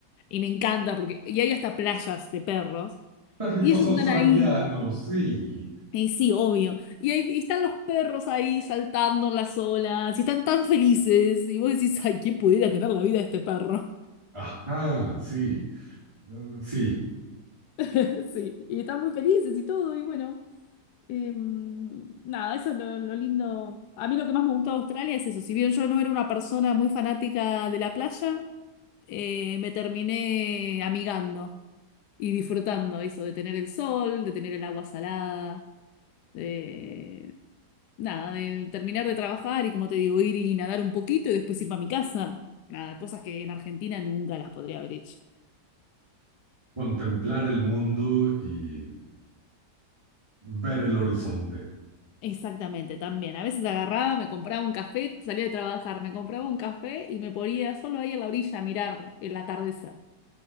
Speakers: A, on the left; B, on the right.
A: Y me encanta porque y hay hasta playas de perros.
B: Perritos
A: Y ellos
B: australianos,
A: están ahí.
B: sí.
A: Y sí, obvio. Y ahí y están los perros ahí saltando en las olas. Y están tan felices. Y vos decís, ay, ¿quién pudiera tener la vida de este perro?
B: Ajá, sí. Eh, Sí,
A: <laughs> Sí, y están muy felices y todo, y bueno, eh, nada, eso es lo, lo lindo. A mí lo que más me gustaba de Australia es eso, si bien yo no era una persona muy fanática de la playa, eh, me terminé amigando y disfrutando eso, de tener el sol, de tener el agua salada, de nada, de terminar de trabajar y como te digo, ir y nadar un poquito y después irme a mi casa. Nada, cosas que en Argentina nunca las podría haber hecho.
B: contemplar el mundo y ver el horizonte.
A: Exactamente, también. A veces agarraba, me compraba un café, salía de trabajar, me compraba un café y me ponía solo ahí en la orilla a mirar el atardecer.